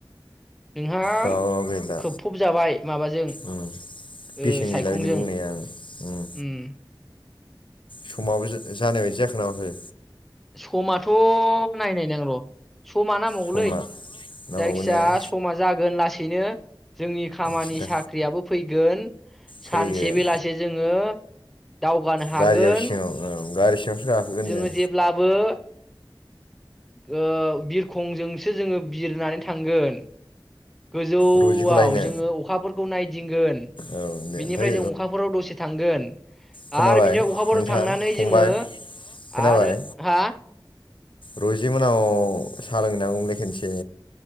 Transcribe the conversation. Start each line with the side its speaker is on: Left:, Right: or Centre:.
Centre: नोंहा
Left: माबा गैला
Centre: खोबफुब जाबाय माबाजों
Left: उम बेसेन
Centre: ओ सायखंजों
Left: गैला बेनि बुंनाया
Centre: ओं
Left: उम समाबो जा जानाय बायदि जाखो ना माखो?
Centre: समाथ नायनाय नां र समा नांबावगौलै
Left: समा नांबावगौ
Centre: जायखि जाया
Left: ने औ
Centre: समा जागोन लासैनो जोंनि खामानि
Left: सिन्था
Centre: साख्रियाबो फैगोन
Left: फैगोन
Centre: सानसे बेलासे जोङो दावगानो हागोन।
Left: गारियाव सिङाव औ गारि सिङावसो गाखोगोन
Centre: जोङो
Left: जों
Centre: जेब्लाबो <inaudible> ओ बिरखंजोंसो जोङो बिरनानै थांगोन गोजौआव
Left: रुजिखौ लायनो
Centre: जोङो अखाफोरखौ नायदिंगोन
Left: औ दे
Centre: बिनिफ्राय
Left: ओमफ्राय
Centre: जों अखाफोराव दसे थांगोन
Left: खोनाबाय
Centre: आरो बिनिफ्राय अखाफोराव
Left: नोंथां
Centre: थांनानै
Left: फंबाय
Centre: जोङो
Left: खोनाबाय
Centre: आरो हा
Left: रजि मोनाव साहा लोंहैनांगौमोनलै खेनसे